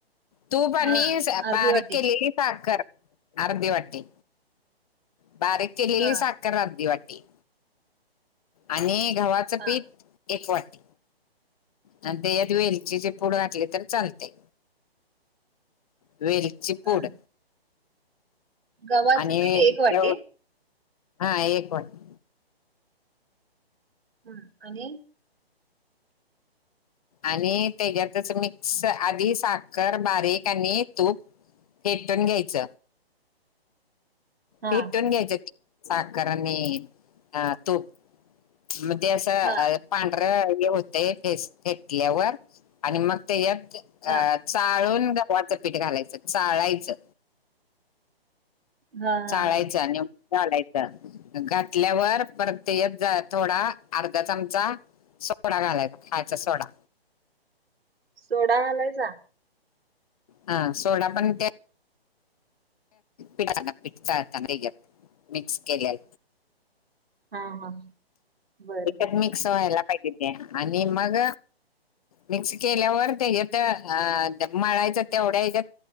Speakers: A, on the left; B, on the right.
A: तूप आणि
B: हा
A: स
B: अर्धी
A: बारीक
B: वाटी
A: केलेली साखर अर्धी वाटी बारीक केलेली
B: हा
A: साखर आर्धी वाटी आणि गव्हाचं
B: हा
A: पीठ एक वाटी आणि त्येजात वेलचीची पुड घातली तर चालते. वेलची
B: हा.
A: पूड
B: गव्हाचं
A: आणि
B: पीठ एक वाटी
A: तेव- हा एक वाटी
B: हं आणि
A: आणि त्याच्यातच मिक्स आधी साखर बारीक आणि तूप फेटून घ्यायच.
B: हा
A: फेटून घ्यायच साखर आणि अ तूप म ते अस अ
B: हा
A: पांढरं हे होतय फेस फेटल्यावर आणि मग त्याच्यात
B: हा
A: अ चाळून गव्हाचं पीठ घालायचं चाळायचं.
B: हा हा
A: चाळायच न घातल्यावर परत य थोडा अर्धा चमचा सोडा घालायचा. खायचा सोडा
B: सोडा गालायचा
A: हा. सोडा पण त्या पिठपठचाता रे मिक्स केले
B: हा. हा बर
A: एकत
B: बर
A: मिक्स व्हायला पाहिजे. ते आणि मग मिक्स केल्यावर त्याच्यात मळायचं तेवढ्या हच्यात